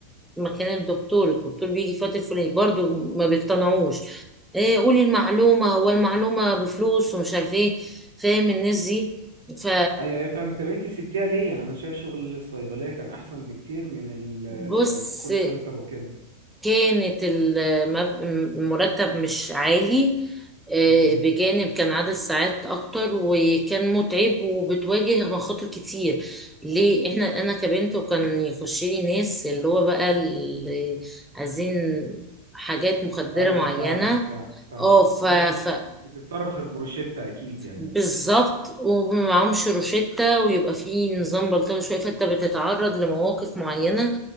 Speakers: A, in the centre; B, on the right.
A: مكان الدكتور الدكتور بيجي في وقت الفلاني برضه ما بيقتنعوش إيه قولي المعلومه هو المعلومه بفلوس ومش عارف ايه فاهم الناس دي ف
B: ايوه ايوه فاهمك طب انت سبتيها ليه يعني انا شايف شغل الصيدلية كان احسن بكتير من الكول
A: بص
B: سنتر وكده
A: كانت المب- المرتب مش عالي آه،
B: امم
A: بجانب كان عدد ساعات اكتر وكان متعب وبتواجه مخاطر كتير ليه احنا انا كبنت وكان يخش لي ناس اللي هو بقى اللي عايزين حاجات مخدرة
B: ايوه
A: معينة
B: فاهمك فاهم- فاهمك
A: اه ف,
B: متتصرفش
A: ف
B: مش بتتصرف غير بروشيتا اكيد يعني
A: بالظبط ومعهمش روشتة ويبقى في نظام بلطجي شوية فانت بتتعرض لمواقف معينة